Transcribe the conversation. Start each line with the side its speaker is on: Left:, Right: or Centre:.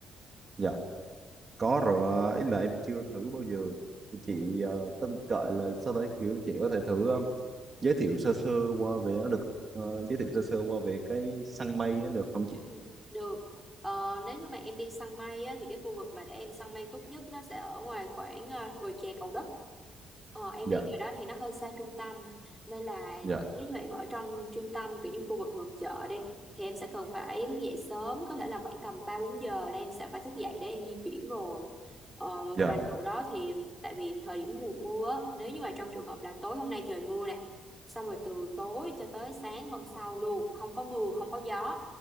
Right: dạ có rồi ờ, ý là em chưa thử bao giờ Thì chị
Centre: Ừ.
Right: ờ, có gọi là sau đấy kiểu chị có thể thử ờ, giới thiệu sơ sơ qua về nó được không? Ờ, giới thiệu sơ sơ qua về cái săn mây nó được không chị
Centre: Ừ, Được. Ờ, nếu như mà em đi săn mây á, thì cái khu vực mà để em săn mây tốt nhất nó sẽ ở ngoài khoảng ờ, đồi chè Cầu Đất. Ờ, em
Right: dạ
Centre: đi ngày đó thì nó hơi xa trung tâm nên là
Right: dạ
Centre: nếu như mà em ở trong trung tâm kiểu như khu vực gần chợ đi thì em sẽ cần phải thức dậy sớm có thể là khoảng tầm ba bốn giờ là em sẽ phải thức dậy để em di chuyển rồi ờ,
Right: dạ
Centre: và lúc đó thì tại vì thời điểm mùa mưa á, nếu như mà trong trường hợp là tối hôm nay trời mưa nè xong rồi từ tối cho tới sáng hôm sau luôn không có mưa không có gió